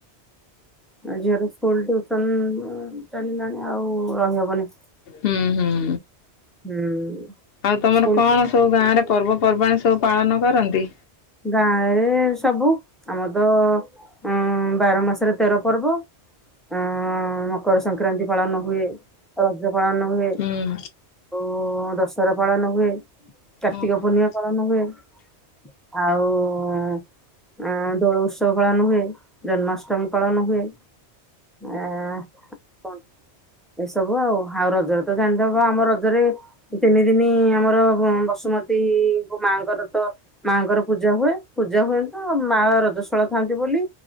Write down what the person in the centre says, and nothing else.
ହ ଆଉ ଝିଅର ସ୍କୁଲ ଟିଉସନ ଚାଲିଲାଣି ଆଉ ରହିହବନି।
ହୁଁ।
ସ୍କୁଲ
ଗାଁରେ ସବୁ ଆମର ତ ଉଁ ବାର ମାସରେ ତେର ପର୍ବ, ଉ ମକର ସଂକ୍ରାନ୍ତି ପାଳନ ହୁଏ, ରଜ ପାଳନ ହୁଏ
ଓ ଦଶ ସର ପାଳନ ହୁଏ, କାର୍ତ୍ତିକ
ପୂର୍ଣ୍ଣିମା ପାଳନ ହୁଏ। ଆଉ ଅ ଦୋଳ ଉତ୍ସବ ପାଳନ ହୁଏ, ଜନ୍ମାଷ୍ଟମୀ ପାଳନ ହୁଏ। ଆ କଣ ପ ସବୁ ଆଉ ଆଉ ରଜରେ ତ ଜାଣିଥବ ଆମ ରଜରେ ତିନି ଦିନି ଆମର ବସୁମତୀଙ୍କୁ ମାଆଙ୍କର ତ ମାଙ୍କର ପୂଜା ହୁଏ ପୂଜା ହୁଏ ତ ମା ରଜସ୍ୱଳା ଥାନ୍ତି ବୋଲି।